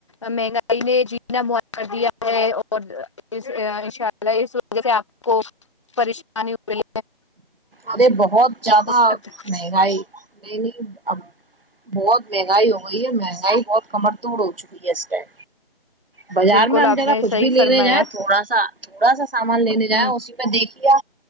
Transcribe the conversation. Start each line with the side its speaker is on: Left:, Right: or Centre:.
Left: مہنگائی نے جینا م کر دیا ہے اور اناء م یہ سوچ کہ آپ کو پریشانی ہو رہی
Right: ارے بہت زیادہ
Left: ہے
Right: مہنگائی نہیں نہیں ا بہت مہنگائی ہو گئی ہے مہنگائی بہت کمر توڑ ہو چکی ہے اس م بازار
Left: بالکل
Right: میں ہم
Left: آپ
Right: جا
Left: نے
Right: کچھ
Left: صحیح
Right: بھی لینے
Left: فرمایا
Right: جائیں تھوڑا سا تھوڑا سا سامان لینے
Left: ہ
Right: جائ اسی پہ دیکھیا